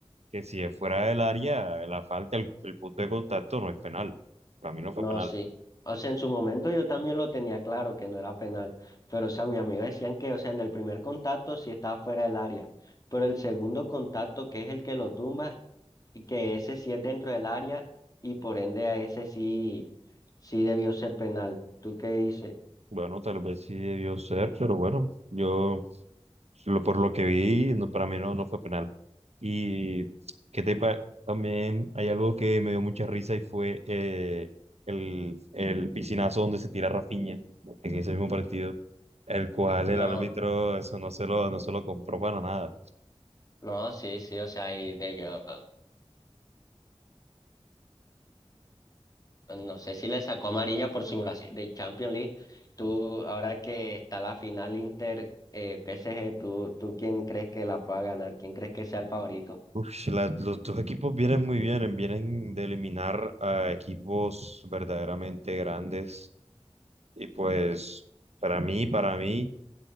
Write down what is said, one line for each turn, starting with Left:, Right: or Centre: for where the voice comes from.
Right: que si es fuera del área, la falta, el, el punto de contacto no es penal. Para mí no fue
Left: No,
Right: penal.
Left: sí. O sea, en su momento yo también lo tenía claro que no era penal, pero o sea, mis amigos decían que, o sea, en el primer contacto sí estaba fuera del área, pero el segundo contacto, que es el que lo tumba, y que ese sí es dentro del área y por ende a ese sí, sí debió ser penal. ¿Tú qué dices?
Right: Bueno, tal vez sí debió ser, pero bueno, yo lo- por lo que vi, no, para mí no, no fue penal. Y que te pa- también hay algo que me dio mucha risa y fue eh, el, el piscinazo donde se tira Rafinha en ese mismo partido, el cual
Left: No,
Right: el árbitro eso no se lo, no se lo compró para nada.
Left: no, sí, sí, o sea, ahí debió. No sé si le sacó amarilla por simulación de Champions League. Tú, ahora que está la final Inter eh, PSG, ¿tú, tú quién crees que la pueda ganar? ¿Quién crees que sea el favorito?
Right: Uf, si la- los dos equipos vienen muy bien, vienen de eliminar a equipos verdaderamente grandes. Y pues, para mí, para mí,